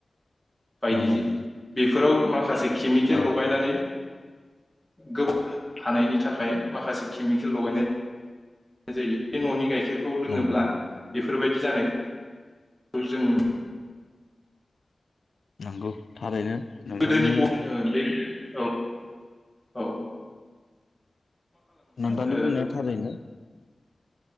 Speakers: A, in the centre; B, on the left.
A: बायदि
B: नंगौ
A: बेफोर
B: नोंथां
A: बेफोराव मा माखासे केमिकेल
B: औ
A: लगायनानै गोबाव थानायनि थाखाय माखासे केमिकेल लगायनाय जायो बे न'नि गाइखेर गाइखेरखौ लोङोब्ला
B: नंगौ
A: बेफोरबायदि जानायखौ बेखौ जों
B: नंगौ थारैनो नोंथांनि
A: गोदोनि ब बे औ औ <inaudible>
B: नोंथानो
A: ओ
B: बुंनाय थारैनो